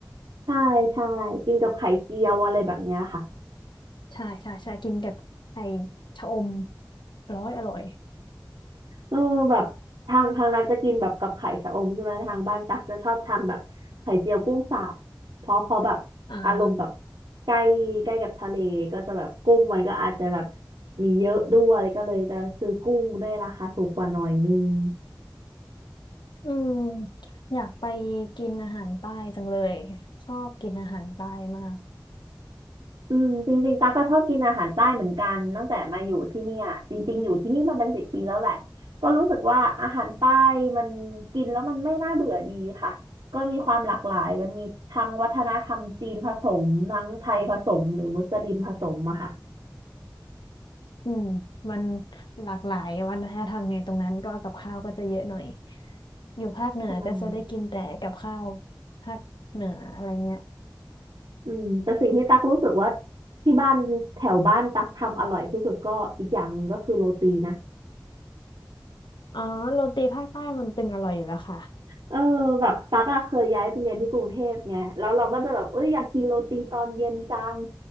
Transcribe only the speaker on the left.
ใช่ใช่ใช่กินกับไข่ชะอมอร้อยอร่อย
อ่า
อืมอยากไปกินอาหารใต้จังเลย ชอบกินอาหารใต้มาก
อืมมันหลากหลายวัฒนธรรมไงตรงนั้นก็กับข้าวก็จะเยอะหน่อยอยู่ภาคเหนือก็จะได้กินแต่กับข้าว
ภาคเหนืออะไรเงี้ย
อ๋อโรตีภาคใต้มันตึงอร่อยอยู่แล้วค่ะ